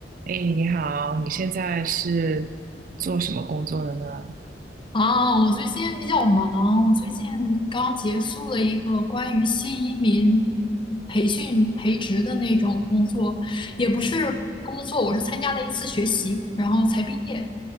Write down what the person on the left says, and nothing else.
啊，我最近比较忙，我最近刚结束了一个关于新移民培训培植的那种工作，也不是工作，我是参加了一次学习，然后才毕业。